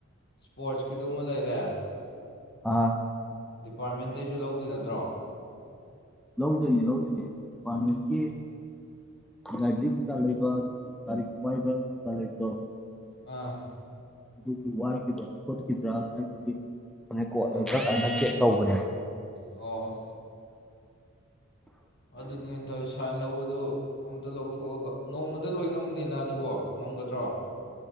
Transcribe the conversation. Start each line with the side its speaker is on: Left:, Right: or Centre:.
Left: ꯏꯁꯄꯣꯔꯠꯁꯀꯤꯗꯨꯃ ꯂꯩꯔꯦ
Centre: ꯑꯥ
Left: ꯗꯤꯄꯥꯔꯠꯃꯦꯟꯇꯩꯁꯨ ꯂꯧꯗꯣꯏ ꯅꯠꯇ꯭ꯔꯣ
Centre: ꯂꯧꯗꯣꯏꯅꯤ ꯂꯧꯗꯣꯏꯅꯦ ꯗꯤꯄꯥꯔꯠꯃꯦꯟꯀꯤ ꯂꯥꯏꯕ꯭ꯔꯦꯔꯤ ꯀꯩꯀꯥ ꯂꯩꯕ ꯑꯗꯒꯤ ꯂꯥꯏꯔꯤꯛ ꯋꯥꯏꯕ ꯀꯩꯀꯥ ꯂꯩꯕꯗꯣ
Left: ꯑꯥ
Centre: ꯑꯗꯨꯒꯤ ꯋꯥꯢꯈꯤꯕ꯭ꯔꯥ ꯈꯣꯠꯈꯤꯕ꯭ꯔꯥ ꯍꯥꯏꯕꯒꯤ ꯔꯦꯀꯣꯠ
Left: ꯑꯣ
Centre: ꯂꯩꯕ꯭ꯔꯥ ꯀꯥꯏꯅ ꯆꯦꯛ ꯇꯧꯕꯅꯦꯕ
Left: ꯑꯣ ꯑꯗꯨꯅꯦ ꯗꯣꯃꯤ ꯁꯥꯏꯟ ꯂꯧꯕꯗꯨ ꯑꯝꯇ ꯂꯧꯊꯣꯛꯑꯒ ꯅꯣꯡꯃꯗ ꯂꯣꯏ ꯉꯝꯕꯅꯤꯅ ꯑꯗꯨꯕꯣ ꯉꯝꯒꯗ꯭ꯔꯣ